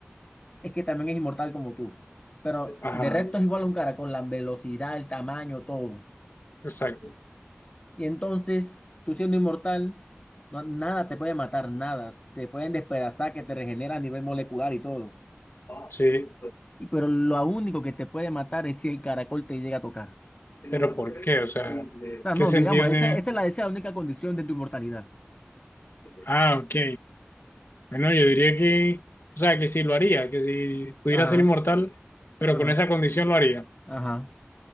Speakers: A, on the left (about 25°); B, on the left (about 55°).
A: es que también es inmortal como tú, pero
B: Ajá,
A: de resto es igual a un caracol, la velocidad, el tamaño, todo.
B: exacto.
A: Y entonces, tú siendo inmortal, no- nada te puede matar, nada. Te pueden despedazar, que te regenera a nivel molecular y todo.
B: Sí,
A: Y, pero lo único que te puede matar es si el caracol te llega a tocar.
B: pero ¿por qué? O sea,
A: O sea,
B: ¿qué
A: no,
B: sentido
A: digamos, esa,
B: tiene?
A: esa es la, esa es la única condición de tu inmortalidad.
B: Ah, ok. Bueno, yo diría que, o sea, que sí lo haría, que si pudiera
A: Ajá,
B: ser inmortal, pero
A: ajá,
B: con esa condición lo haría.
A: ajá.